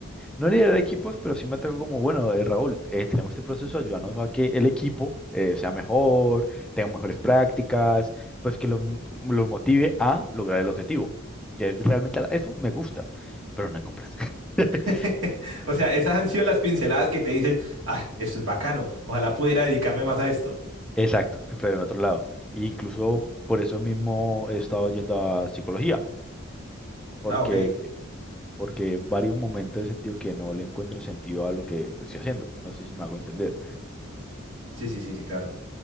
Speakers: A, in the centre; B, on the right (about 70°).
A: No liderar equipos, pero sí me atacó como, bueno, eh, Raúl, eh, tenemos este proceso, ayúdanos a que el equipo eh, sea mejor, tenga mejores prácticas, pues que los, m- los motive a lograr el objetivo. Que es realmente la- eso me gusta, pero no en compras. <laughs>
B: <laughs> o sea, esas han sido las pinceladas que te dicen, ah, esto es bacano, ojalá pudiera dedicarme más a esto.
A: Exacto, pero en otro lado. Y incluso por eso mismo he estado yendo a psicología, porque,
B: Ah, ok,
A: porque en varios momentos he sentido que no le encuentro sentido a lo que estoy haciendo. No sé si me hago entender.
B: sí, sí, sí, sí, claro.